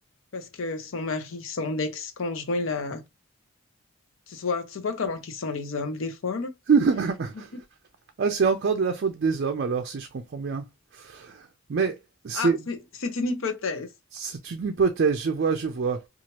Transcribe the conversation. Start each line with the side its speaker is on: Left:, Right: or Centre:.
Left: parce que son mari, son ex-conjoint là. Tu vois, tu vois comment qu'ils sont les hommes des fois, là.
Right: <laughs>
Left: <laughs>
Right: Ah, c'est encore de la faute des hommes alors, si je comprends bien. Mais c'est
Left: Ah, c'est c'est une hypothèse.
Right: C'est une hypothèse, je vois, je vois.